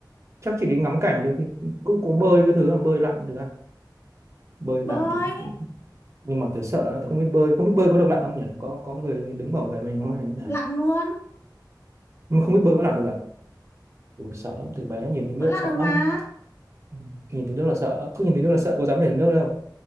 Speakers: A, on the right; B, on the left.
A: chắc chỉ đi ngắm cảnh thôi thì cũng có bơi cái thứ à, bơi lặn thực ra bơi lặn
B: bơi
A: thì thì- nhưng mà tớ sợ lắm, tớ không biết bơi không biết bơi có được lặn không nhỉ có có người đứng bảo vệ mình không hay như thế nào
B: lặn luôn
A: nhưng mà không biết bơi có lặn được à Ui, sợ lắm từ bé nhìn thấy nước
B: vẫn lặn
A: sợ
B: được
A: lắm
B: mà
A: Ừ, nhìn thấy nước là sợ cứ nhìn thấy nước là sợ có dám nhảy xuống nước đâu